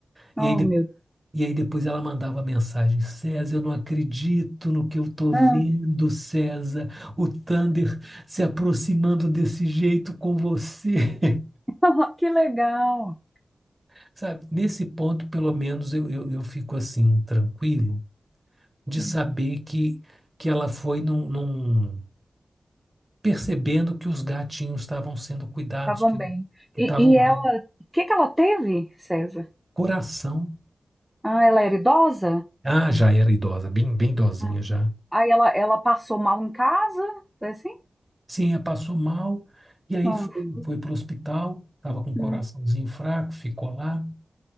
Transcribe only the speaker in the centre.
oh,
meu
Deus.
Ah, que legal.
Hum,
Estavam
bem.
E,
e
ela, o que que ela teve, César?
Ah, ela era idosa?
Ah,
Aí ela, ela passou mal em casa? Foi assim?
Ah,
hum,